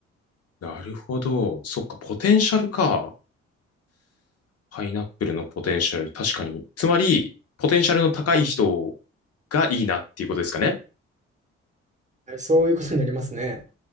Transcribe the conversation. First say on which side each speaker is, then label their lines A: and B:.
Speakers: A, on the left; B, on the right.
A: なるほど。そっか、ポテンシャルか。パイナップルのポテンシャル、確かに。つまり、ポテンシャルの高い人がいいなっていうことですかね。
B: はい、そういうことになりますね。